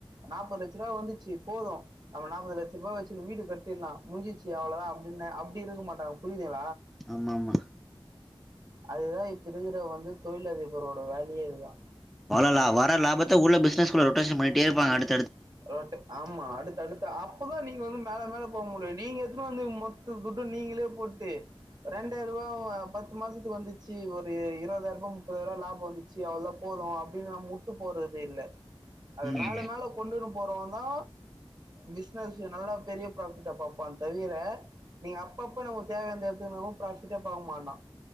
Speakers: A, on the right (about 45°); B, in the centre.
A: நாப்பது லட்ச ரூவா வந்துச்சு போது நம்ம நாப்பது லட்ச ரூபா வெச்சுனு வீடு கட் தின்னா முட்ஞ்சுச்சு அவ்ளோதா அப்டின்னு அப்டி இருக்க மாட்டாங்க புரியுதுங்ளா
B: ஆமாம்மா
A: அதுதா இப்ப இருக்கிற வந்து தொழிலதிபரோட வேலையே இதுதா
B: வலலா வர லாபத்த உள்ள பிஸ்னஸ்க்குள்ள ரொட்டேஷன் பண்ணிட்டே இருப்பாங்க அடுத்
A: ரொட்டு ஆமா அடுத் தடுத்தா அப்பதா நீங்க வந்து மேல மேல போக முடியு நீங்க எட்த்துனு வந்து மொத்த துட்டு நீங்களே போட்டு ரெண்டாயிர்ரூவாவ பத் த்து மாசத்துக்கு வந்துச்சு ஒரு இருவதாயிர்ரூபா முப்பதாயிர்ரூபா லாப வந்துச்சு அவ்ளதா போது அப்டின்னு நம்ம வுட்டு போற தில்ல அத
B: ம்
A: மேல மேல கொண்டுன்னு போறவந்தா பிஸ்னஸு நல்லா பெரிய ப்ராஃபிட்டா பாப்பா தவிர நீங்க அப்பப்ப நமக்கு தேவயானத எட்த்துக்குனாலு ப்ராஃபிட்டே பாக்க மாட்டா